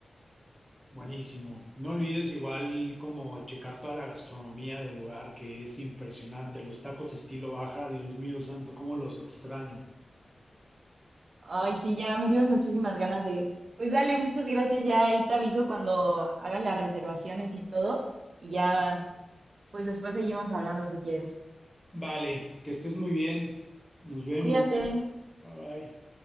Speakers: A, in the centre; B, on the right.
A: Buenísimo. No olvides igual como checar toda la gastronomía del lugar, que es impresionante. Los tacos estilo baja, Dios mío santo, cómo los extraño.
B: Ay, sí, ya me dieron muchísimas ganas de ir. Pues dale, muchas gracias. Ya ahí te aviso cuando haga las reservaciones y todo. Y ya, pues después seguimos hablando si quieres.
A: Vale, que estés muy bien. Nos vemos.
B: Cuídate.
A: Bye bye.